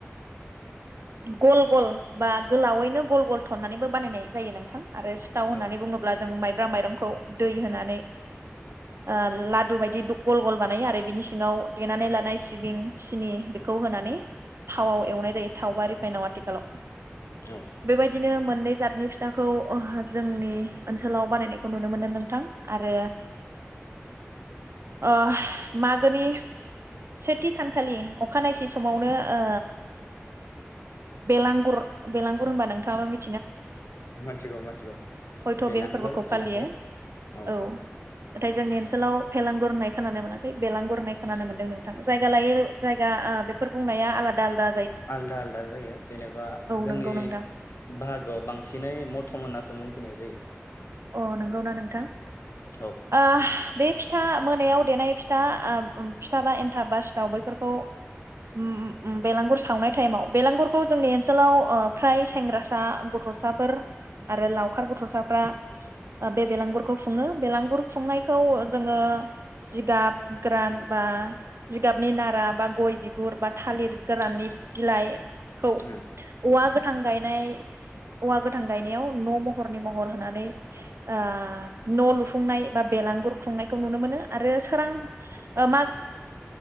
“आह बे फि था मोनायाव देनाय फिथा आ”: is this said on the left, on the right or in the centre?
Right